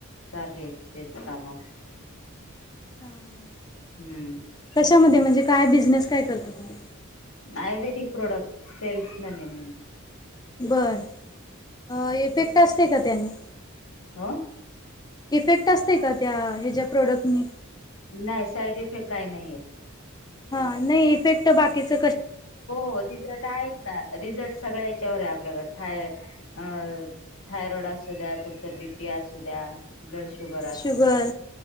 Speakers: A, on the left; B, on the left.
A: चालेू तेच काम.
B: हा ह
A: हम्म
B: कशामध्ये म्हणजे काय बिझनेस काय करता तुम्ही?
A: आयुर्वेदिक प्रॉडक्ट सेल्समॅन ये.
B: बर इफेक्ट असते का त्यानी?
A: ह
B: इफेक्ट असत का त्या ह्याच्या प्रोडक्टनी?
A: नाही साईड इफेक्ट काही नाहीये.
B: हा नाही इफेक्ट बाकीच?
A: हो रिझल्ट आहेत ना रिझल्ट सगळ्या याच्यावर आहे आपल्याकड. थाय थायरॉइड असू द्या तुमच बीपी असू द्या ब्लड शुगर असू
B: शुगर
A: द्या